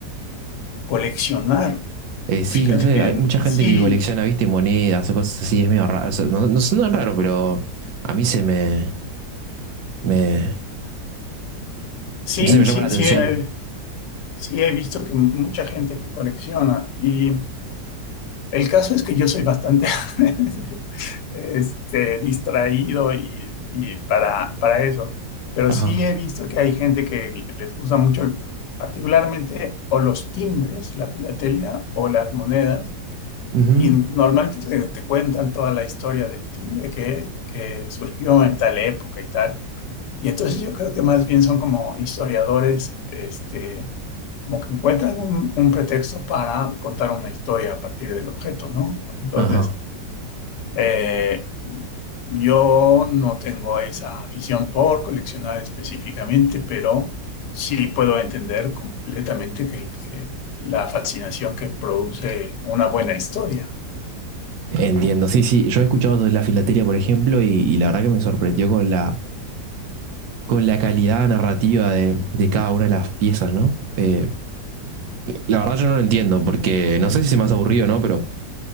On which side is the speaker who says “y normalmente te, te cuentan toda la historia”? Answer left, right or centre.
Left